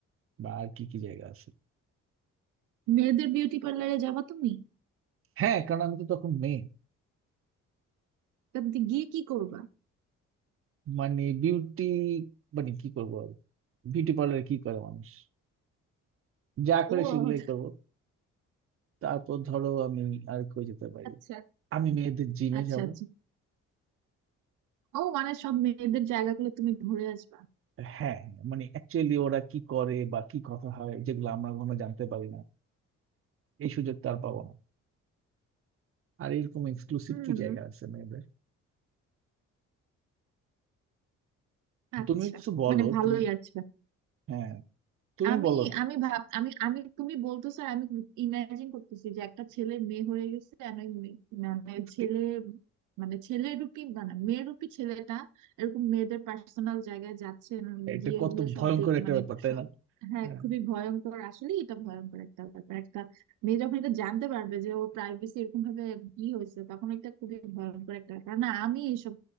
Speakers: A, on the right; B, on the right.
A: বা আর কি কি জায়গা আছে
B: মেয়েদের বিউটি পার্লারে যাবা তুমি
A: হ্যাঁ কারণ আমি তো তখন মেয়ে
B: তা তুমি গিয়ে কি করবা
A: মানে বিউটি মানে কি করবো আর বিউটি পার্লারে কি করে মানুষ যা
B: ও
A: করে সেগুলোই করবো তারপর ধরো আমি আর কই যেতে পারি
B: আচ্ছা
A: আমি মেয়েদের জিমে
B: আচ্ছা
A: যাব
B: আচ্ছা ও মানে সব মেয়েদের জায়গাগুলো তুমি ঘুরে আসবা
A: হ্যাঁ মানে অ্যাকচুয়ালি ওরা কি করে বা কি কথা হয় যেগুলো আমরা কোনো জানতে পারি না এই সুযোগটা আর পাবো না আর এরকম এক্সক্লুসিভ
B: হুম
A: কি জায়গা আছে মেয়েদের
B: আচ্ছা
A: তুমি কিছু বলো
B: মানে ভালোই
A: তুমি
B: আছে
A: হ্যাঁ তুমি
B: আমি
A: বলো
B: আমি ভাব আমি আমি তুমি বলতেছো আর আমি ইমাজিন করতেছি যে একটা ছেলে মেয়ে হয়ে গেছে আর ওই মেয়ে- মানে
A: It's
B: ছেলে
A: কি-
B: মানে ছেলে রূপী মানে মেয়ে রূপী ছেলেটা এরকম মেয়েদের পার্সোনাল জায়গায় যাচ্ছে উম,
A: এটা
B: গিয়ে
A: কত
B: এগুলো
A: ভয়ঙ্কর
B: সব দেখ
A: একটা
B: মানে
A: ব্যাপার তাই
B: সব
A: না
B: হ্যাঁ
A: হ্যাঁ
B: খুবই ভয়ঙ্কর আসলে এটা ভয়ঙ্কর একটা ব্যাপার একটা মেয়ে যখন এটা জানতে পারবে যে ও প্রাইভেসি এরকম ভাবে ই হয়েছে তখন এটা খুবই ভয়ঙ্কর একটা ব্যাপার না আমি এসব